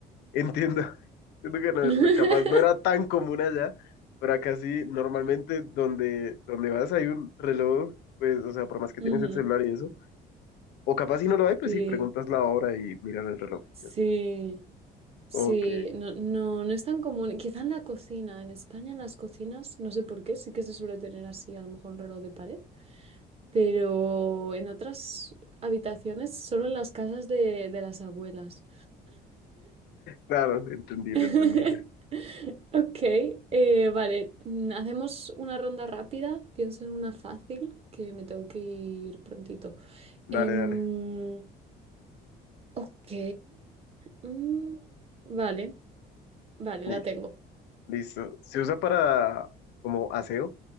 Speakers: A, on the left (about 80°); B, on the right (about 35°).
A: entiendo. <laughs> Entiendo que no-
B: <laughs>
A: no- capaz no era tan común allá, pero acá sí, normalmente donde, donde vas hay un reloj, pues, o sea, por más que
B: Ujú.
A: tienes el celular y eso. O capaz si no lo hay, pues
B: Sí,
A: sí, preguntas la hora y miran el reloj y
B: sí,
A: ya está.
B: sí,
A: Ok,
B: no, no, no es tan común. Quizá en la cocina, en España en las cocinas, no sé por qué, sí que se suele tener así, a lo mejor un reloj de pared, pero en otras habitaciones, solo en las casas de, de las abuelas.
A: claro, entendible,
B: <laughs>
A: entendible.
B: Ok, eh, vale, mm, hacemos una ronda rápida, pienso en una fácil, que me tengo que ir prontito.
A: Dale,
B: Em,
A: dale.
B: ok, mm, vale. Vale,
A: Li-
B: la tengo.
A: Listo. ¿Se usa para como aseo?